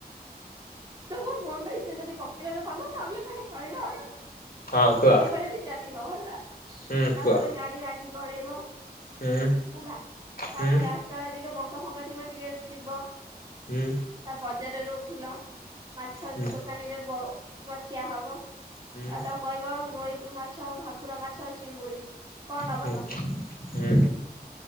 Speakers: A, on the right; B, on the left.
A: ତୋ ମନ ଇଚ୍ଛା ଯଦି ପକେଇଲ ତ ଭଲ ନହେଲେ ନାଇଁ ଚଳିବ ଆଉ
B: ହଁ କୁହ?
A: ତଥାପି ବି ଚାଲିବ ହେଲା
B: ହୁଁ
A: ତାପରେ
B: କୁହ
A: ଗାଡି ରାଗି ଗଡେଇବ।
B: ହୁଁ
A: ହେଲା
B: ହୁଁ
A: ତାପରେ ରାସ୍ତା ଟିକେ ଭଙ୍କା ଫଙ୍କା ଥିବ ଟିକେ ଯିବ।
B: ହୁଁ।
A: ତା ବଜାରରେ ଉଠିଲ ମାଛ
B: ହୁଁ।
A: ଦୋକାନୀରେ ବ ମ ଠିଆ ହବ। ଆଉ
B: ହୁଁ
A: ତାକୁ କହିବ ରୋହି ମାଛ ଭାକୁର ମାଛ ଚିଙ୍ଗୁଡି କଣ ନବ
B: ହୁଁ
A: ତମେ
B: ହୁଁ।